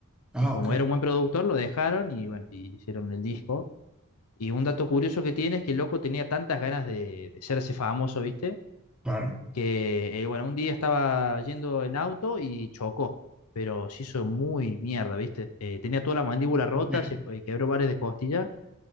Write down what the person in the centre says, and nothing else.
Ah,
ok,
claro.
bien,